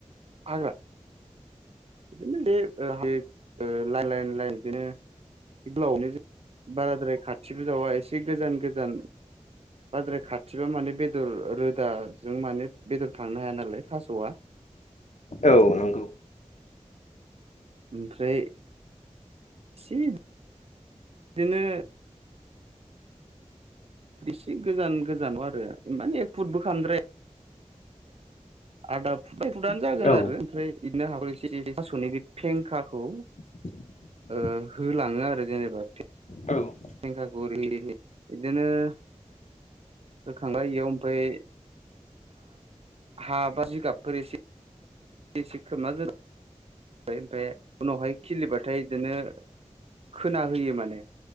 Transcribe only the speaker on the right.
हाग्रा बिदिनो बे ओ लाइन लाइन बिदिनो <unintelligible> <unintelligible> बाराद्राय खाथिबोजावा एसे गोजान गोजान <unintelligible> बाद्राय खाथिबा माने बेदर रोदाजों माने बेदर थांनो हाया नालाय थास'आ।
ओमफ्राय। <unintelligible> <inaudible> बिदिनो। इसे गोजान गोजानाव आरो मानि एक फुट बो खालामद्राय। आदा फुदानो जागोन
आरो ओमफ्राय <unintelligible> बिदिनो हागर एसे थास'नि बे फेंखाखौ <unintelligible>
ओ‌‌ होलाङो आरो जेनेबा
फेंखाखौ <unintelligible> <unintelligible> बिदिनो <unintelligible> होखांबाय बेयाव ओमफ्राय हा बा जिगाबफोर एसे <unintelligible> खोबना ओमफ्राय उनावहाय खिलिबाथाय बिदिनो खोना होयो माने